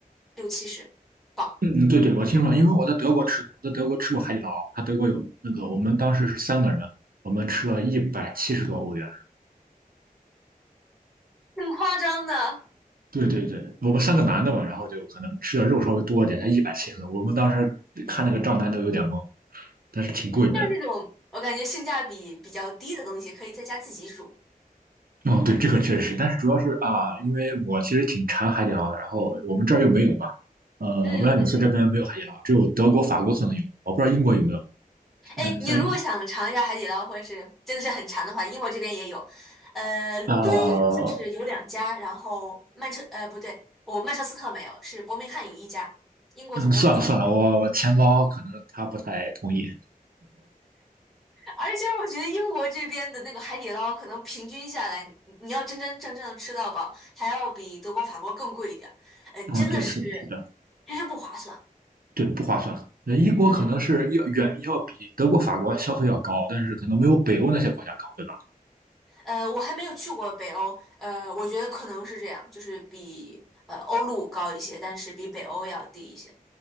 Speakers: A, in the centre; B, on the right (about 75°).
A: 六七十镑，
B: 嗯，对对，我听说，因为我在德国吃过，我在德国吃过海底捞，它德国有那个，我们当时是三个人，我们吃了一百七十多欧元。
A: 挺夸张的。
B: 对对对，我们三个男的嘛，然后就可能吃的肉稍微多一点，才一百七十多。我们当时看那个账单都有点懵，但是挺贵的。
A: 像这种我感觉性价比比较低的东西，可以在家自己煮。
B: 哦，对，这个确实，但是主要是啊，因为我其实挺馋海底捞的，然后我们这儿又没有嘛，呃，
A: 嗯嗯。
B: 威尔纽斯这边没有海底捞，只有德国、法国可能有，我不知道英国有没有。
A: 哎，
B: 嗯，像
A: 你如果想尝一下海底捞，或者是真的是很馋的话，英国这边也有。呃，伦敦就是有两家，
B: 呃，
A: 然后曼彻呃不对，我曼彻斯特没有，是伯明翰有一家。英国总共是三家，
B: 嗯，算了算了，我我钱包可能他不太同意。
A: 而且我觉得英国这边的那个海底捞，可能平均下来，你你要真真正正的吃到饱，还要比德国、法国更贵一点儿。呃，真的是，
B: 嗯，对，是的，是的，
A: 真是不划算。
B: 对，不划算。那英国可能是要远要比德国、
A: 嗯，
B: 法国消费要高，但是可能没有北欧那些国家高，对吧？
A: 呃，我还没有去过北欧，呃，我觉得可能是这样，就是比呃欧陆高一些，但是比北欧要低一些。